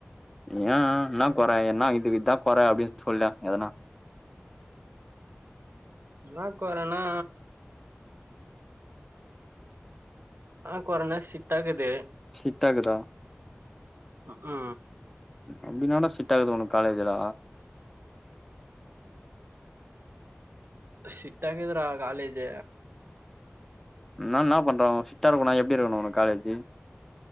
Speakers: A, in the centre; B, on the right.
A: ஏன் என்ன குற என்ன இதுக்கு இதுதான் குற அப்படின்னு சொல்லன் எதனா
B: என்ன குறனா ஆஹ் குரான ஸ்ட்ரிக்ட்டாகீது
A: ஸ்ட்ரிக்ட்டாகீதா
B: ஆ ஹ
A: அப்படி தான் டா செட் ஆகுது ஒனக்கு காலேஜ்ல
B: செட்டாக்குதுரா காலேஜ்
A: என்னான் என்ன பண்ற சிட்டா இருக்கண்ணா எப்படி இருக்கணும் உன காலேஜி